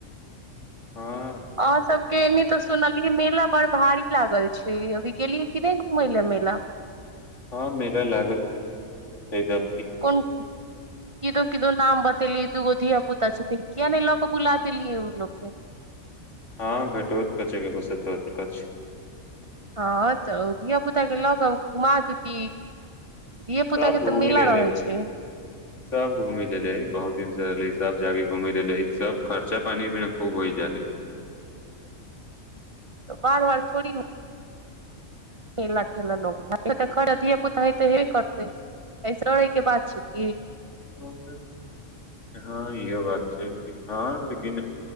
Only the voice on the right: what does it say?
अहाँ सबके एनी तऽ सुनलियै मेला बड़ भारी लागल छै अभी गेलियै कि नहि घूमय लेल मेला?
कोन किदो-किदो नाम बतेलियै दूगो धिया-पुता छथिन किया नहि लऽ कऽ बुला देलियै ओ लोक के।
हँ तऽ धिया-पुता के लऽ कऽ घुमा देती। धिये-पुता
के
तऽ मेला
रहै छै।
तऽ बार बार थोड़ी न मेला -ठेला लगै <unintelligible> धिया पुता हेते एबे करतै ऐसेे के बात छैय।